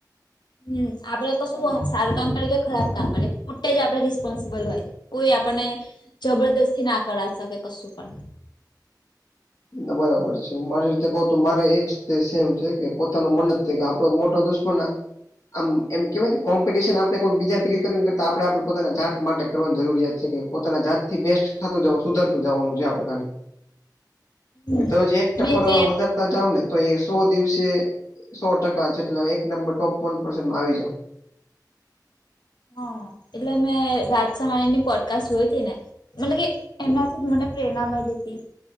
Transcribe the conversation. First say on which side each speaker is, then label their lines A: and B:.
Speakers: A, on the left (about 75°); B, on the left (about 50°).
A: હમ આપડે તો શું સારું કામ કરેએ કે ખરાબ કામ કરે પોતે જ આપડે રિસ્પોન્સિબલ હોય કોઈ આપણને જબરદસ્તી ના કરાવ શકે કશું પણ
B: ના બરાબર છે હું મારી રીતે કહ તો મારે એજ તે સેમ છે કે પોતાનું મન જ છે કે આપડો મોટો દુષ્મ <unintelligible> આમ એમ કેહેવાય કે કોમ્પિટિશન આપણેે કોઈ બીજા ભગે કરવી કરતા આપણે આપણે પોતાના જાત માટે કરવાની જરૂરિયાત છે કે. પોતાના જાત થી બેસ્ટ થતું જવ સુધરતું જવાનું છે આપડે ખાલી.
A: હમ
B: તજ એક ટકો
A: મેં એટલે
B: તમે વધારે. જાવ ને તો એ સો દિવસે સો ટકા છે એટલે એક નંબર ટોપ વન પર્સનમાં આવી જાાવ.
A: હ એટલે મે રાજશહાણી ની પોડકાસ્ટ જોય હતી ને. મતલબ કે એમનાથી મને પ્રેરણા મળી હતી.